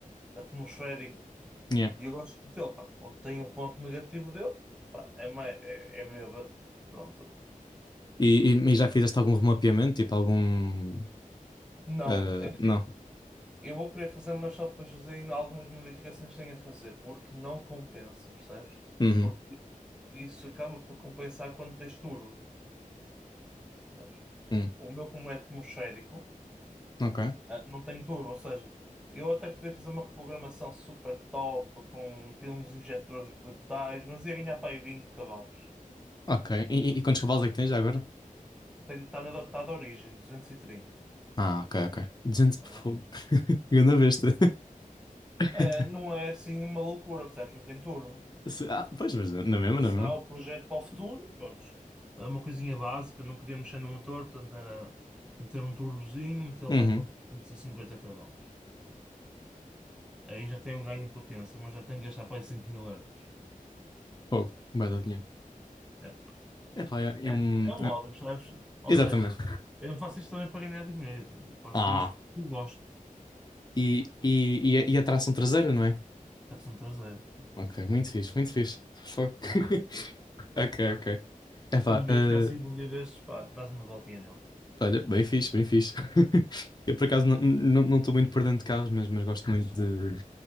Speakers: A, in the centre; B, on the left.
A: atmosférico.
B: Yeah.
A: E eu gosto muito dele, pá, Pronto, tem o ponto negativo dele, pá, é, mais, é, é bêbado, pronto.
B: E, e, e já fizeste algum remapeamento? Tipo, algum.
A: Não,
B: ah,
A: é assim.
B: não.
A: Eu vou querer fazer, mas só depois fazer ainda algumas modificações que tenho a fazer, porque não compensa, percebes?
B: Uhum,
A: Porque isso acaba por compensar quando tens turbo, percebes?
B: uhum.
A: O meu, como é atmosférico,
B: Ok,
A: Ah, não tem turbo, ou seja, eu até podia fazer uma reprogramação super top, com ter uns injetores brutais, mas ia ganhar para aí 20 cavalos.
B: ok. E, e, e quantos cavalos é que tens já agora?
A: Está da, tá da origem, 230.
B: Ah, ok, ok. 200
A: Está
B: e
A: da
B: fogo.
A: origem.
B: <laughs> Ganda besta. <laughs>
A: É, não é assim uma loucura, percebes? Não tem turbo.
B: Se- Ah, pois, mas na mesma,
A: Isso
B: na
A: será
B: mesma.
A: o projeto para o futuro. Pronto, é uma coisinha básica, não queria mexer no motor, portanto era meter um turbozinho, meter lo
B: Uhum,
A: para aí com 350 cavalos. Pronto. Aí já tem um ganho de potência, mas já tem que gastar para aí 5 mil euros.
B: fogo. Vai dar dinheiro.
A: É, pronto.
B: É, é,
A: É,
B: é um.
A: é um hobby,
B: é-
A: percebes? Ou
B: exatamente.
A: seja, eu não faço isto também para ganhar dinheiro, eu faço
B: Ah,
A: isto porque gosto.
B: e, e, e, a, e a tração traseira, não é?
A: Está-se um traseiro.
B: Ok, muito fixe, muito fixe. Fogo. <laughs> Ok, ok. É pá,
A: Quando vieres
B: eh,
A: cá assim, um dia destes, pá, dás uma voltinha nele.
B: olha, bem fixe, bem fixe. <laughs> Eu por acaso não não- não estou muito por dentro de carros, mas, mas gosto muito de,